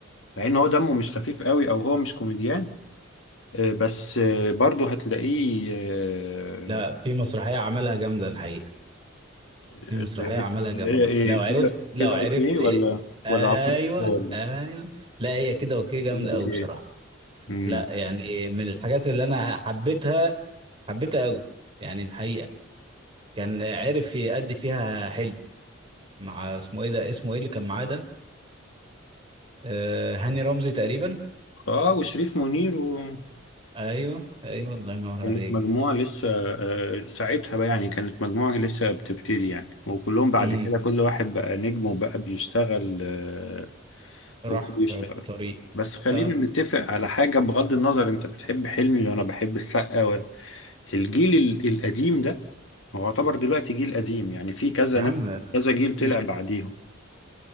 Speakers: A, on the left (about 75°); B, on the right (about 25°).
A: مع ان هو دمه مش خفيف قوي او هو مش كوميديان آه، بس آه، برضه هتلاقيه آه،
B: لا في مسرحية عملها جامدة الحقيقة
A: اللي
B: في مسرحية
A: هي
B: عملها
A: اللي
B: جامدة
A: هي ايه
B: لو عرفت
A: كده
B: لو
A: كده
B: عرفت
A: اوكي ولا
B: ايه ايوه
A: ولا عفروتو ولا
B: ايوه لا هي كده اوكي جامدة
A: كده
B: قوي
A: اوكي
B: بصراحة
A: امم
B: لا يعني من الحاجات اللي انا حبيتها حبيتها قوي يعني الحقيقة كان عرف يأدي فيها حلو مع اسمه ايه ده اسمه ايه اللي كان معاه ده آه هاني رمزي تقريبا
A: اه وشريف منير و...
B: ايوه ايوه الله ينور
A: كانت
B: عليك
A: مجموعة لسه آه، ساعتها بقى يعني كانت مجموعة لسه بتبتدي يعني وكلهم بعد
B: امم
A: كده كل واحد بقى نجم وبقى بيشتغل آه،
B: راح
A: وبقى بيشتغل
B: في طريق
A: بس خلينا
B: اه
A: نتفق على حاجة بغض النظر انت بتحب حلمي وانا بحب السقا ولا الجيل ال- القديم ده هو يعتبر دلوقتي جيل قديم يعني في كذا
B: يا
A: ناس
B: عم
A: كذا جيل طلع
B: مش
A: بعديهم